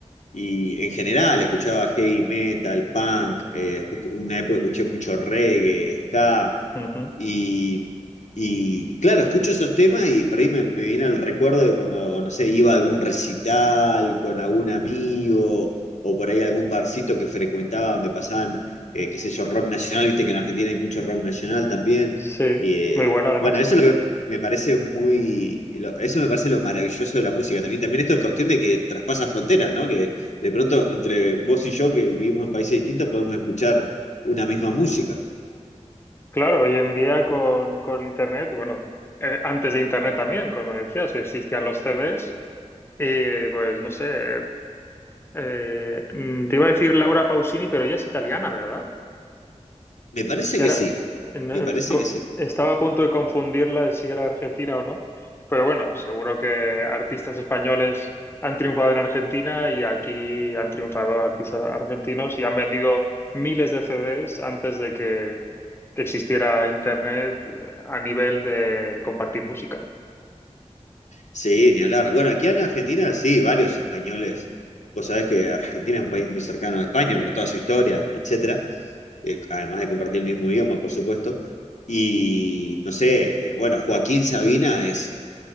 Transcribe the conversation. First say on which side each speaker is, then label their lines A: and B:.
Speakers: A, on the left (about 80°); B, on the left (about 20°).
A: y en general escuchaba heavy metal, punk, eh, escu- una época escuché mucho reggae, ska,
B: Ujú.
A: y, y claro, escucho esos temas y por ahí me, me viene el recuerdo de cuando, no sé, iba a algún recital con algún amigo, o por ahí algún barcito que frecuentaba donde pasaban, eh, qué sé yo, rock nacional, viste que en Argentina hay mucho rock nacional también.
B: Sí,
A: Y, eh,
B: muy bueno además.
A: bueno, eso es lo que me parece muy, lo- eso me parece lo maravilloso de la música también. También esto es cuestión de que traspasa fronteras, ¿no? Que de pronto entre vos y yo, que vivimos en países distintos, podemos escuchar una misma música.
B: Claro, hoy en día con, con Internet, y bueno, eh, antes de Internet también, como decías, existían los CDs y pues no sé, eh, mm, te iba a decir Laura Pausini, pero ella es italiana, ¿verdad?
A: Me parece
B: Es que
A: que
B: ahora
A: sí,
B: no,
A: me parece
B: co-
A: que sí.
B: estaba a punto de confundirla de si era Argentina o no, pero bueno, seguro que artistas españoles han triunfado en Argentina y aquí han triunfado artistas argentinos y han vendido miles de CDs antes de que, que existiera Internet eh, a nivel de compartir música.
A: Sí, ni hablar. Bueno, aquí en Argentina sí, varios españoles. Vos sabés que Argentina es un país muy cercano a España por toda su historia, etcétera. Eh, además de compartir el mismo idioma, por supuesto. Y no sé, eh, bueno, Joaquín Sabina es